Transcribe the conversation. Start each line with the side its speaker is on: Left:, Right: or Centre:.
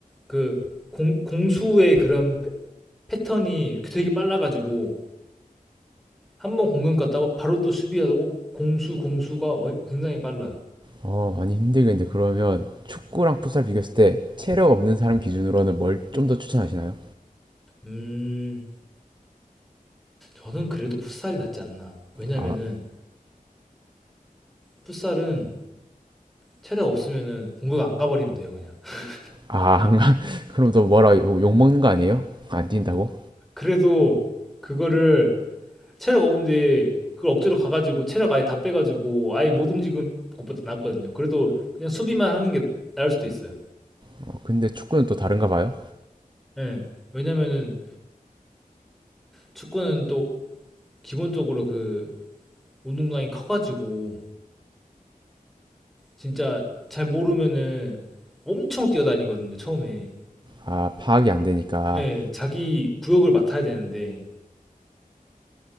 Centre: 그 공수의 그런 패- 패턴이 되게 빨라가지고 한 번 공격 갔다가 바로 또 수비하고 공수 공수가 워- 굉장히 빨라요.
Right: 어, 많이 힘들겠는데 그러면 축구랑 풋살 비교했을 때 체력 없는 사람 기준으로는 뭘 좀 더 추천하시나요?
Centre: 음, 저는 그래도 풋살이 낫지 않나. 왜냐면은
Right: 아,
Centre: 풋살은 체력 없으면은 공격 안 가버리면 돼요 그냥 <laughs>
Right: 아, 안 가. <laughs> 그럼 또 뭐라 욕, 먹는 거 아니에요? 안 뛴다고?
Centre: 그래도 그거를 체력 없는데 그걸 억지로 가가지고 체력 아예 다 빼가지고 아예 못 움직은 것보다 낫거든요 그래도 그냥 수비만 하는 게 나을 수도 있어요
Right: 어, 근데 축구는 또 다른가 봐요.
Centre: 예 왜냐면은 축구는 또 기본적으로 그 운동량이 커가지고 진짜 잘 모르면은 엄청 뛰어다니거든요 처음에
Right: 아, 파악이 안 되니까.
Centre: 예 자기 구역을 맡아야 되는데